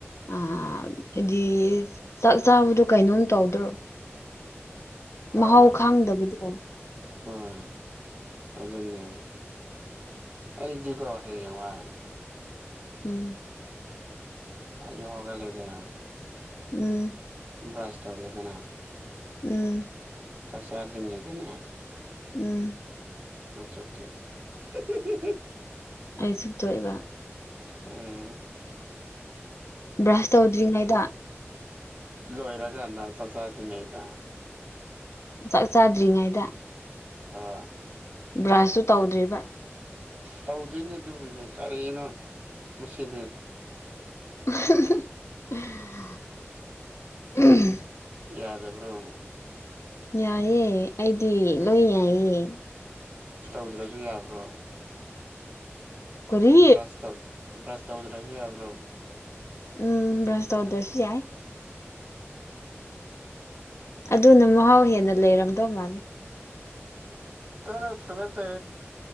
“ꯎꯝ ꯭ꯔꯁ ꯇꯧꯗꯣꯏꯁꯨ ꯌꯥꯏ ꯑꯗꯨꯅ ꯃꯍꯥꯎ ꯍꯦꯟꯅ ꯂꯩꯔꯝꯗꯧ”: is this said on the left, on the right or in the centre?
Left